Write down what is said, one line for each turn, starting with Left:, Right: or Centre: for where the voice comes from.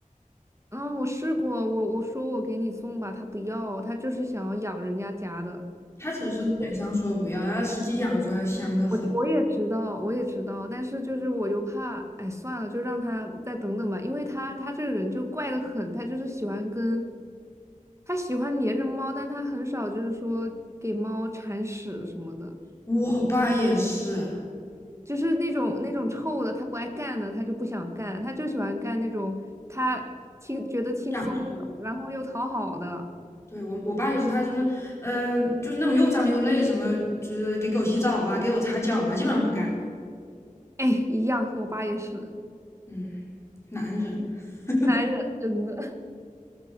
Right: 嗯，我试过，我我说我给你送吧，他不要，他就是想要养人家家的。
Left: 他只是嘴上说不要，他实际养着它香得很。
Right: 我我也知道，我也知道，但是就是我就怕，哎，算了，就让他再等等吧，因为他他这个人就怪得很，他就是喜欢跟，他喜欢黏着猫，但他很少就是说给猫铲屎什么的。
Left: 我爸也是
Right: 就是那种那种臭的，他不爱干的，他就不想干，他就喜欢干那种他轻觉得轻松的，
Left: 养宠
Right: 然后又讨好的。
Left: 对我我爸就是他什么，呃，就是那种又脏又累，什么就是给狗洗澡啊，给我擦脚啊，基本上不干。
Right: 哎，一样，我爸也是
Left: 嗯，男人。<laughs>
Right: 男人，真的 <laughs>